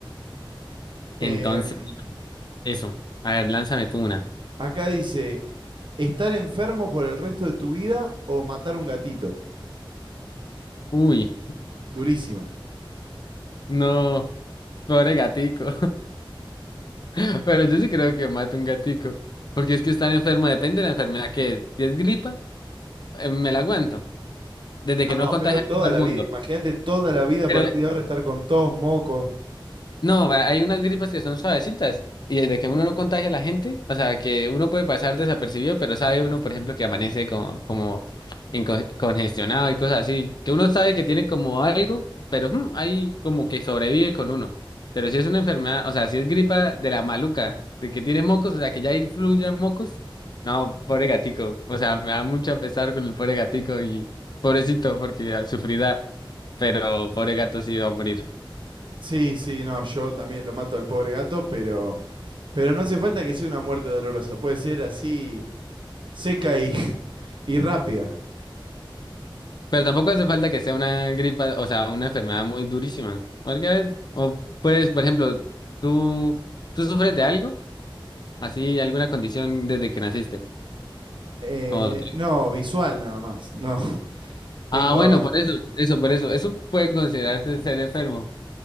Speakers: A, on the right (about 65°); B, on the left (about 50°).
A: Em,
B: Entonces, eso. A ver, lánzame tú una.
A: Acá dice, estar enfermo por el resto de tu vida o matar un gatito.
B: Uy,
A: Durísima.
B: no, pobre gatico. <laughs> Pero yo sí creo que mato un gatico, porque es que estar enfermo depende de la enfermedad que es. Si es gripa, eh, me la aguanto, desde
A: No,
B: que no contagie
A: pero
B: a
A: toda
B: todo el
A: la
B: mundo.
A: vida, imagínate toda la vida a
B: pero
A: partir de ahora estar con todos mocos.
B: No, va- hay unas gripas que son suavecitas y desde que uno no contagia a la gente, o sea, que uno puede pasar desapercibido, pero sabe uno, por ejemplo, que amanece como, como inco- congestionado y cosas así, que uno sabe que tiene como algo, pero mm, ahí como que sobrevive con uno. Pero si es una enfermedad, o sea, si es gripa de la maluca, de que tiene mocos, o sea, que ya influye mocos, no, pobre gatico, o sea, me da mucho pesar con el pobre gatico y pobrecito porque sufrirá, pero pobre gato sí va a morir.
A: Sí, sí, no, yo también lo mato al pobre gato, pero, pero no hace falta que sea una muerte dolorosa. Puede ser así seca y, <laughs> y rápida.
B: Pero tampoco hace falta que sea una gripa, o sea, una enfermedad muy durísima. Porque, o pues, por ejemplo, ¿tú, tú sufres de algo? Así, alguna condición desde que naciste.
A: Eh,
B: O-
A: no, visual nada más. No, <laughs> tengo...
B: ah, bueno, por eso, eso, por eso. Eso puede considerarse ser enfermo.